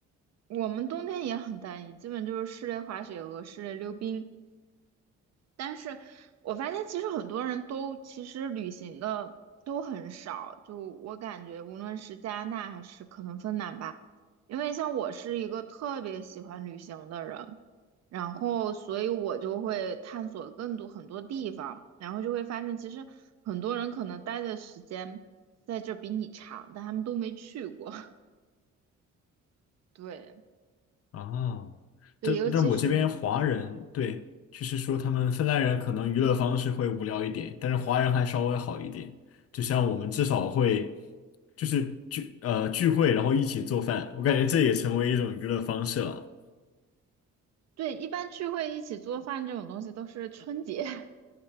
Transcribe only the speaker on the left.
哦，
但但我这边华人，
对，就是说他们芬兰人可能娱乐方式会无聊一点，但是华人还稍微好一点。就像我们至少会就是聚呃聚会，然后一起做饭，我感觉这也成为一种娱乐方式了。